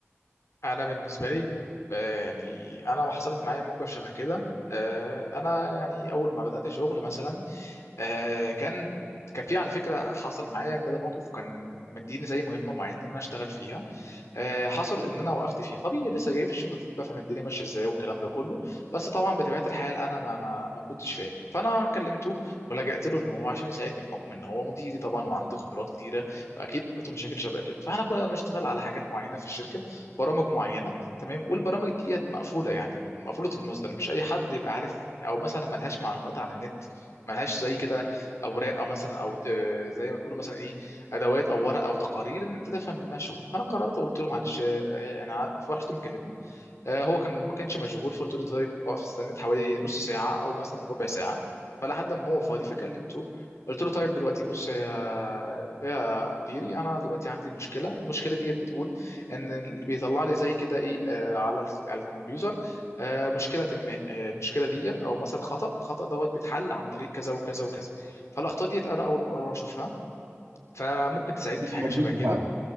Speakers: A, on the left; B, on the right.
A: انا بالنسبه لي آه، يعني انا ما حصلت معايا موقف شبه كده آه، انا يعني اول ما بدات شغل مثلا آه كان كان في على فكره حصل معايا كده موقف كان مديني زي مهمه معينه ان انا اشتغل فيها آه حصل ان انا وقفت فيها طبيعي لسه جاي في الشغل الجديد بفهم الدنيا ماشيه ازاي والكلام ده كله بس طبعا بطبيعه الحال انا ما ما, ما كنتش فاهم فانا كلمته ولجأت له ان هو عشان يساعدني بحكم ان هو مديري طبعا وعنده خبرات كتيره واكيد قابلته مشاكل شبه كده فاحنا كنا بنشتغل على حاجات معينه في الشركه برامج معينه تمام والبرامج ديت مقفوله يعني مقفوله المصدر مش اي حد يبقى عارف او مثلا ملهاش معلومات عن النت ملهاش زي كده اوراق او مثلا او آه، زي ما بيقولوا مثلا ايه ادوات او ورق او تقارير ان انت تفهم منها شغل فانا قررت قلت له معلش آه، آه، انا فرحت مكلمه آه، هو كان ما كانش مشغول فقلت له طيب اقف استنيت حوالي نص ساعه او مثلا ربع ساعه فلحد ما هو فاضي فكلمته قلت له طيب دلوقتي بص يا يا مديري انا دلوقتي عندي مشكله المشكله ديت بتقول ان اللي بيطلع لي زي كده ايه آه، على ال- على الكمبيوتر آه، مشكله ما آه، المشكله ديت او مثلا خطا الخطا دوت بيتحل عن طريق كذا وكذا وكذا فالاخطاء ديت انا اول مره اشوفها فممكن تساعدني في
B: ما
A: حاجه
B: رضيش
A: شبه
B: يساعده
A: كده